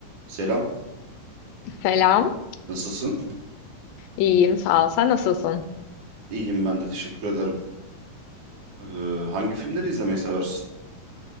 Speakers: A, on the right; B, on the left.
A: Selam,
B: Selam.
A: nasılsın?
B: İyiyim, sağ ol. Sen nasılsın?
A: İyiyim ben de teşekkür ederim. Ee, hangi filmleri izlemeyi seversin?